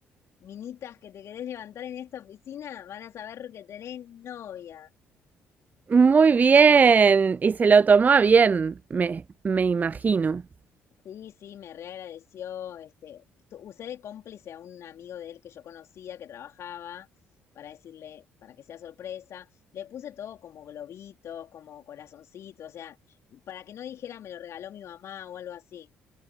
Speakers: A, on the left; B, on the right.
A: minitas que te querés levantar en esta oficina van a saber que tenés novia.
B: Muy bien. Y se lo tomó a bien, me, me imagino.
A: Sí, sí, me reagradeció. Este, tu- usé de cómplice a un amigo de él que yo conocía, que trabajaba, para decirle, para que sea sorpresa. Le puse todo como globitos, como corazoncitos, o sea, para que no dijera me lo regaló mi mamá o algo así.